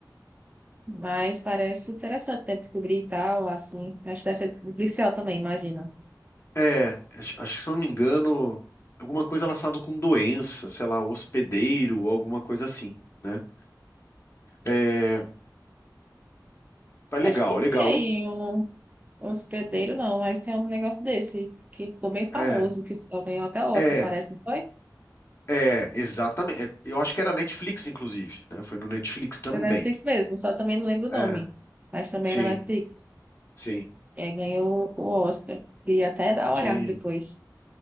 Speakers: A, on the right; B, on the left.
A: Mas parece interessante, né, descobrir e tal, assim. Acho que deve ser des- policial também, imagina.
B: É, acho, acho que se eu não me engano, alguma coisa relacionada com doença, sei lá, hospedeiro, alguma coisa assim, né? É, mas
A: Acho
B: legal,
A: que
B: legal.
A: tem
B: E,
A: um, um hospedeiro, não, mas tem um negócio desse que ficou bem famoso,
B: é,
A: que só ganhou até Oscar,
B: é,
A: parece, não foi?
B: é, exatamente. É, Eu acho que era Netflix, inclusive, né? Foi no Netflix também.
A: É da Netflix mesmo, só também não lembro o nome,
B: É,
A: mas também
B: sim,
A: era Netflix.
B: sim,
A: E ganhou o Oscar. Queria até dar uma
B: sim.
A: olhada depois.